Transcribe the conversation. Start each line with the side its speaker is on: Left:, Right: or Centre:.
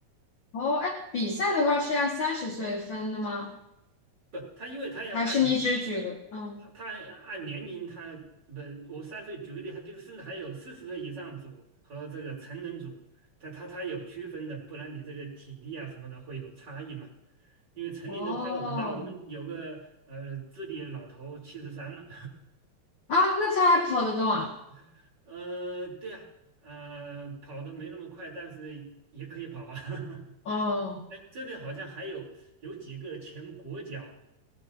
Left: 哦，哎，比赛的话是按三十岁分的吗？
Right: 不，他因为他要按年。
Left: 还是你只举个，嗯，
Right: 他他按按年龄他，不，我三岁举个例，他比如甚至还有四十岁以上组和这个成人组，他他他有区分的，不然你这个体力啊什么的会有差异嘛。因为成年的跨度很大，
Left: 哦，
Right: 我们有个呃智力老头七十三了，
Left: 啊，那他还跑得动啊？
Right: <laughs> 呃，对啊，呃，跑的没那么快，但是也可以跑啊。<laughs>
Left: 哦，
Right: 哎，这边好像还有有几个前国脚，